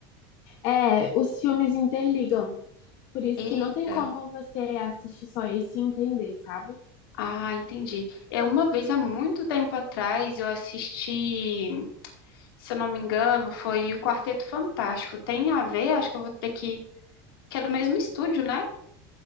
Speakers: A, on the left; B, on the left.
A: É, os filmes interligam. Por isso
B: Eita,
A: que não tem como você assistir só esse e entender, sabe?
B: ah, entendi. É uma vez há muito tempo atrás eu assisti, se eu não me engano, foi o Quarteto Fantástico. Tem a ver? Acho que eu vou ter que, que é do mesmo estúdio, né?